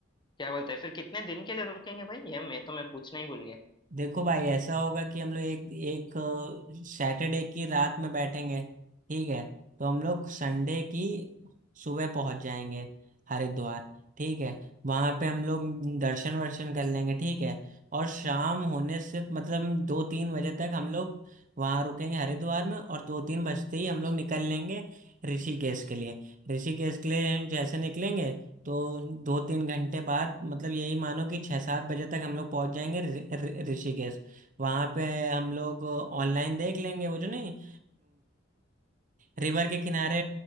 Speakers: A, on the left (about 25°); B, on the right (about 40°).
A: क्या बोलते हैं फिर कितने दिन के लिए रुकेंगे भाई ये मैं तो मैं पूछना ही भूल गया
B: देखो भाई ऐसा होगा कि हम लोग एक एक सैटरडे की रात में बैठेंगे ठीक है तो हम लोग संडे की सुबह पहुंच जाएंगे हरिद्वार ठीक है वहां पे हम लोग दर्शन वर्शन कर लेंगे ठीक है और शाम होने से मतलब दो तीन बजे तक हम लोग वहां रुकेंगे हरिद्वार में और दो तीन बजते ही हम लोग निकल लेंगे ऋषिकेश के लिए ऋषिकेश के लिए जैसे निकलेंगे तो दो तीन घंटे बाद मतलब यही मानो कि छः सात बजे तक हम लोग पहुंच जाएंगे ऋ- ऋ- ऋषिकेश वहां पे हम लोग ऑनलाइन देख लेंगे वो जो नहीं रिवर के किनारे